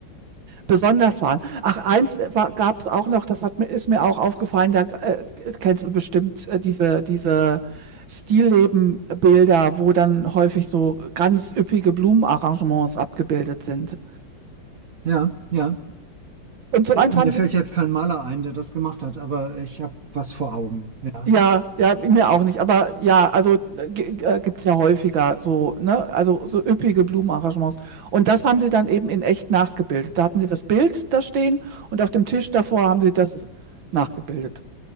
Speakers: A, on the right (about 85°); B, on the right (about 50°).
A: besonders waren. Ach, eins gab es auch noch, das hat mir, ist mir auch aufgefallen, da äh, kennst du bestimmt äh, diese, diese Stilleben-Bilder, wo dann häufig so ganz üppige Blumenarrangements abgebildet sind.
B: ja, ja.
A: Und so
B: Äh,
A: eins
B: mir
A: haben
B: fällt
A: sie
B: jetzt kein Maler ein, der das gemacht hat, aber ich habe was vor Augen. Ja,
A: Ja, ja, mir auch nicht. Aber ja, also äh, gi- äh, gibt's ja häufiger so, ne? Also so üppige Blumenarrangements. Und das haben sie dann eben in echt nachgebildet. Da hatten sie das Bild da stehen und auf dem Tisch davor haben sie das nachgebildet.